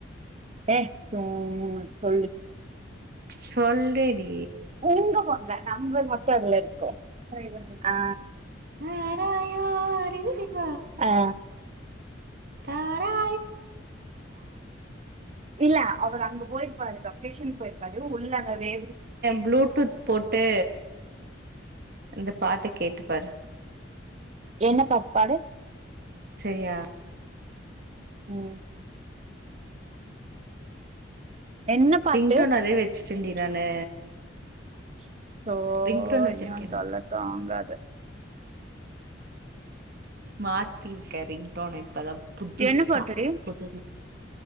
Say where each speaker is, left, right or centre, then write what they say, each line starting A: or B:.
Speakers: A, on the right; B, on the right.
A: ஏ சும்மா சொல்லு
B: சொல்லுடி
A: உங்க ஃபோன்ல நம்பர் மட்டு அதுல இருக்கு ஆ
B: வாராயோ அருகினில்
A: ஆ
B: தாரா
A: இல்ல அவரு அங்க போயிருப்பாரு லொகேஷன்கு போயிருப்பாரு உள்ள வே
B: ப்ளூடூத் போட்டு இந்த பாட்ட கேட்டு பாரு
A: என்ன பாட் பாடு
B: செரியா
A: ம் என்ன பாட்டு
B: ரிங்டோன் அதே வெச்சிட்டேன் டி நானு
A: ச்சோ
B: ரிங்டோன் வச்சிருக்கே
A: இனி உன்
B: நானு
A: தொல்ல தாங்காது
B: மாத்திருக்கே ரிங்டோன இப்தா புதுச
A: என்ன பாட்டுடி
B: புது